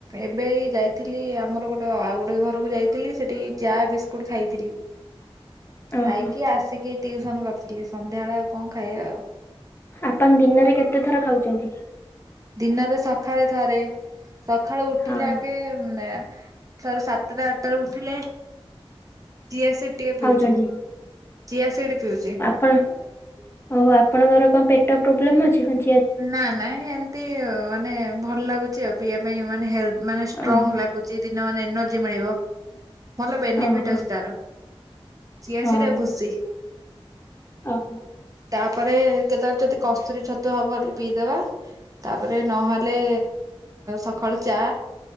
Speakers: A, on the right; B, on the left.
A: ଏବେ ଏଇ ଯାଇଥିଲି ଆମର ଗୋଟେ ଆଉ ଗୋଟେ ଘରକୁ ଯାଇ ଥିଲି ସେଠି ଚା ବିସ୍କୁଟ ଖାଇଥିଲି। ଖାଇକି
B: ଓହୋ
A: ଆସିକି ଟିୟୁସନ କରିଥିଲି ସନ୍ଧ୍ୟାବେଳେ ଆଉ କଣ ଖାଇବା ଆଉ।
B: ଆପନ ଦିନରେ କେତେ ଥର ଖାଉଚନ୍ତି?
A: ଦିନରେ ସଖାଳେ ଥରେ ସଖାଳୁ ଉଠିଲେ
B: ହଁ
A: ଆଗେ ଉଁ ନା ତାରେ ସାତଟା ଆଟା ରେ ଉଠିଲେ ଚିଆ ସେଟ୍ ଟେ ପିଉଚି
B: ଖାଉଛନ୍ତି
A: ଚିଆ ସେଟ୍ ପିଉଚି।
B: ପଲ୍ ଓହୋ ଆପଣଙ୍କର କଣ ପେଟ ପ୍ରୋବ୍ଲେମ୍ ଅଛି କି।
A: ନା ନାଇ ଏମିତି ମାନେ ଭଲ ଲାଗୁଚି ଆଉ ପିଇବା ପାଇଁ ମାନେ ହେଲ ମାନେ ଷ୍ଟ୍ରଙ୍ଗ
B: ଓହୋ
A: ଲାଗୁ ଚି ଦିନ ମାନେ ଏନର୍ଜି ମିଳିବ। ଭଲ ବେନିଫିଟ୍
B: ଓହୋ
A: ଅଛି ତାର ଚିଆ
B: ହଁ
A: ସିଟ୍ ଆଉ ଭୁସି।
B: ଓହୋ।
A: ତାପରେ କେତେବେଳେ ଯଦି କସ୍ତୁରୀ ଛତୁ ହବ। ଟି ପିଇଦବା ତାପରେ ନହେଲେ ସଖାଳୁ ଚା